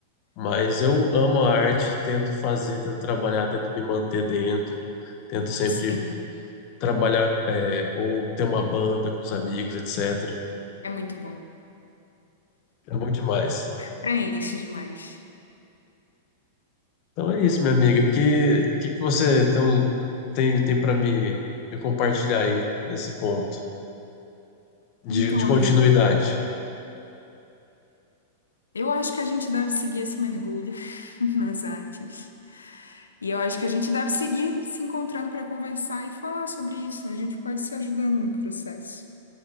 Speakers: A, on the left; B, on the left.
A: Mas eu amo a arte, tento fazer, tento trabalhar, tento me manter dentro, tento sempre
B: Sim,
A: trabalhar, é, ou ter uma banda com os amigos, etc.
B: é muito bom.
A: É bom demais.
B: Preenche demais.
A: Então é isso, minha amiga. Que e que que você então, tem tem para me me compartilhar aí nesse ponto de,
B: Então,
A: de continuidade?
B: amigo, eu acho que a gente deve seguir esse mergulho <laughs> nas artes. E eu acho que a gente deve seguir se encontrando para conversar e falar sobre isso. A gente pode se ajudando no processo.